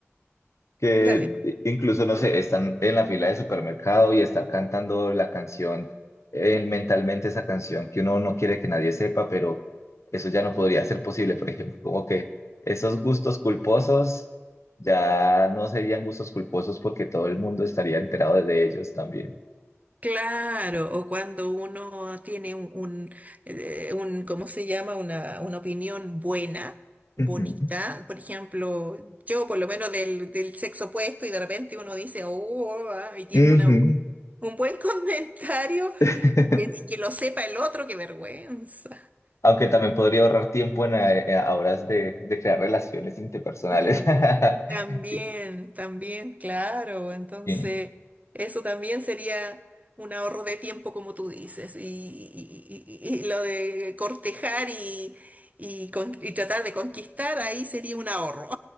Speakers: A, on the left; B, on the right.
A: que
B: dale.
A: incluso, no sé, están en la fila de supermercado y estar cantando la canción, eh, mentalmente esa canción que uno no quiere que nadie sepa, pero eso ya no podría ser posible, por ejemplo, como que esos gustos culposos ya no serían gustos culposos porque todo el mundo estaría enterado de ellos también.
B: Claro, o cuando uno tiene un, un, eh, un- ¿cómo se llama? Una, una opinión buena, bonita.
A: Ujú.
B: Por ejemplo, yo por lo menos del, del sexo opuesto y de repente uno dice, oh, ah", y tiene
A: Ujú.
B: una, un buen <laughs> comentario
A: <laughs>
B: Y, y que lo sepa el otro, qué vergüenza.
A: Aunque también podría ahorrar tiempo en, eh, eh, a horas de, de crear relaciones interpersonales.
B: Mm, también,
A: <laughs>
B: también, claro. Entonces,
A: Y-
B: eso también sería un ahorro de tiempo, como tú dices. Y, y- y- y lo de cortejar y, y, con- y tratar de conquistar, ahí sería un ahorro.